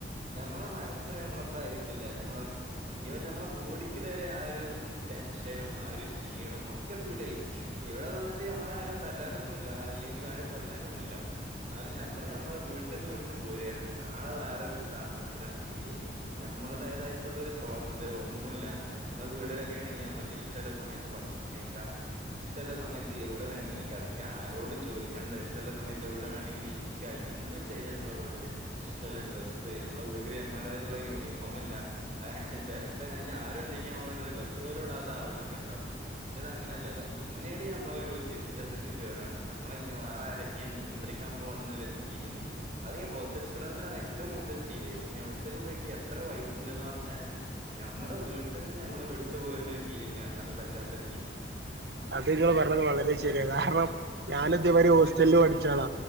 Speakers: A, on the right; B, on the right.
A: ഞമ്മള മനസ്സ് ഞമ്മളപ്പ ആയിരിക്കില്ല. ഞമ്മളെ ഈവൻ ഞമ്മളെ ബോഡിക്ക് വെരെ ആ ഒരു ടെൻഷനും ആ ഒരു ക്ഷീണും ഒക്കെ ഫീലെയ്യും ഇവടെ വന്നിട്ട് ഞമ്മളാരും തല്ലാനൊന്നുല്ല അല്ലെങ്കി ആരും കൊല്ലാനൊന്നുല്ല. എന്നാലും നമ്മള് ഞമ്മളെ വീട്ട് ന്ന് വിട്ട് പോരാണ്. നാളെ വേറെ ഒരു സ്ഥാപനത്തിലാണ്. അല്ലെങ്കി നമ്മുടേതായിട്ടുള്ള ഒരു സ്വാതന്ത്ര്യവും ഒന്നും ഇല്ലാത്തെ നമ്മള് വീടിലൊക്കെ ആണെങ്കി നമ്മുക്ക് ഇഷ്ടല്ലെ സമയത്ത് ഭക് ഷണം കഴിക്കാ. ഇഷ്ടല്ല സമയത്ത് എവിടെ വേണങ്കിലും കെടക്കാ ആരോടും ചോദിക്കണ്ട. ഇഷ്ടല്ല സമയത്ത് എവ്ടെ വേണങ്കിലും ഇര് ക്കാ എന്തും ചെയ്യ നമ്മളെ വീട്ടില്. ഇഷ്ടല്ല ഡ്രസ് സ് നമ്മളെ വീട്ടില് നമ്മടേതായിട്ട്ള്ള യൂണിഫോമില്ല. അഹ് ചെലപ്പ ഇഞ് ആരും ഇല്ലെങ്കി നമ്മളൊരു ഡ്രസ്സ് പോലും ഇടാത്ത ആളുകളൊക്കെ ണ്ടാവും. പക്ഷെ ഇത് അങ്ങനെല്ലല്ലോ. പിന്നീട് ഞമ്മളൊ ഒരു സിസ്റ്റത്തേക്ക് കേറാണ് ഞമ്മളെ ഇഞ് വേറാരിം ക്ക്യാൻ നിയന്ത്രിക്കാൻ പോവാണ് ന്നുല്ലരു ഫീലിംഗ്. അതീ ഹോസ്റ്റൽ സ്റ്റുഡൻസിനാണ് റ്റും കൂടുതൽ ഫീൽ ചെയ്യാ. ഇഞ് ഹോസ്റ്റൽല് പോയിട്ട് എത്ര വൈബു ണ്ട്ന്ന് പറഞ്ഞാലും ഞമ്മളെ വീട്ട് ന്ന് ഞമ്മള് വിട്ടു പോര്ന ഒരു ഫീലിംഗാർഞ്ഞാ അത് വല്ലാത്തൊരു ഫീ
B: അത് ഇങ്ങൾ പറഞ്ഞത് വളരെ ശരിയാ. കാരണം ഞാനും ഇതേമായ്രി ഹോസ്റ്റലില് പഠിച്ചാളാ